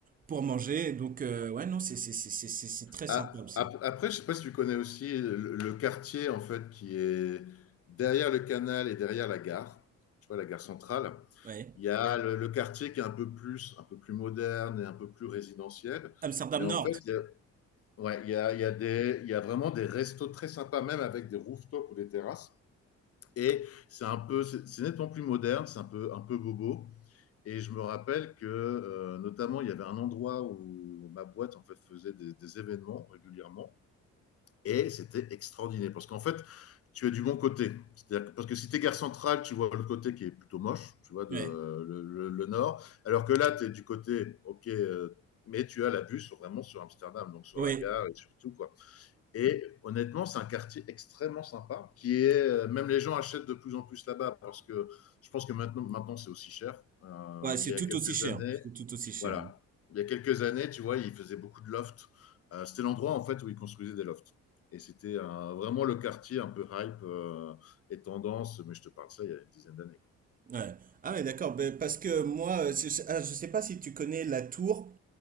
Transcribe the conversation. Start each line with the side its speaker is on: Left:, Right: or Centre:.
Right: pour manger. Donc, euh, ouais, non, c'est c'est- c'est- c'est- c'est- c'est très sympa
Left: Ah,
Right: aussi.
Left: ap- après, je sais pas si tu connais aussi le, le quartier en fait qui est derrière le canal et derrière la gare. Tu vois, la gare centrale.
Right: Ouais.
Left: Il y a le, le quartier qui est un peu plus, un peu plus moderne et un peu plus résidentiel.
Right: Amsterdam
Left: Mais en
Right: Nord.
Left: fait, il y a, ouais, il y a, il y a des, il y a vraiment des restos très sympas, même avec des rooftops ou des terrasses. Et c'est un peu, c'est nettement plus moderne, c'est un peu, un peu bobo. Et je me rappelle que, euh, notamment, il y avait un endroit où ma boîte en fait faisait des, des événements régulièrement, et c'était extraordinaire parce qu'en fait, tu as du bon côté. C'est-à-dire que- parce que si tu es gare centrale, tu vois le côté qui est plutôt moche, tu vois, de,
Right: Ouais.
Left: le, le- le nord. Alors que là, tu es du côté, ok, euh, mais tu as la vue sur, vraiment sur Amsterdam, donc sur
Right: Ouais.
Left: la gare et sur tout, quoi. Et honnêtement, c'est un quartier extrêmement sympa, qui est euh, même les gens achètent de plus en plus là-bas parce que je pense que maintenant, maintenant c'est aussi cher. Euh,
Right: Ouais,
Left: mais
Right: c'est tout
Left: il y a quelques
Right: aussi cher.
Left: années,
Right: C'est tout aussi cher.
Left: voilà, il y a quelques années, tu vois, ils faisaient beaucoup de lofts. Euh, c'était l'endroit en fait où ils construisaient des lofts. Et c'était euh, vraiment le quartier un peu hype euh, et tendance, mais je te parle de ça il y a une dizaine d'années. quoi.
Right: Ouais. Ah ouais, d'accord. Ben, parce que moi, euh, je, je ah, je sais pas si tu connais la tour